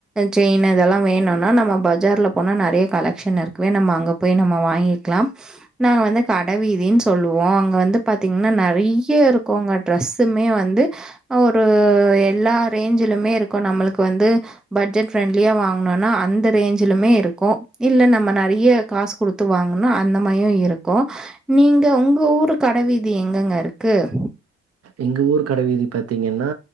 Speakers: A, in the centre; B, on the right.
A: செயினு இதெல்லா வேணுனா நம்ம பஜார்ல போனா நறைய கல் கலெக்ஷன் இருக்கவே நம்ம அங்க போய் நம்ம வாங்கிக்கலாம். நாங்க வந்து கடவீதி சொல்லுவோ. அங்க வந்து பாத்தீங்னா நெறையா இருக்கு அங்க ட்ரெஸ்ஸுமே வந்து ஒரு எல்லா ரேஞ்சிலுமே இருக்கு நம்மளுக் கு வந்து பட்ஜெட் ஃப்ரெண்ட்லியா வாங்னுனா அந்த ரேஞ்சிலுமே இருக்கு‌. இல்ல நம்ம நெறையா காஸ் குடுத்து வாங்குனா அந்த மாய்யு இருக்கு. நீங்க உங்க ஊரு கடவீதி எங்கங்க இருக்கு? கு
B: எங்க ஊர் கடவீதி பாத்தீங்கன்னா